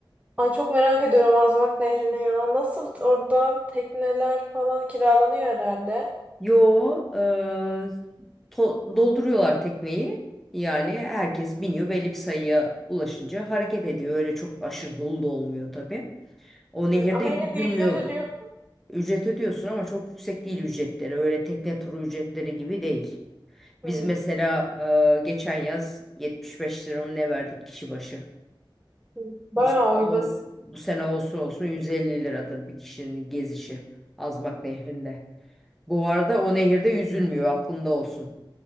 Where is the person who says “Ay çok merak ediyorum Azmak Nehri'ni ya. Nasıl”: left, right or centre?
Right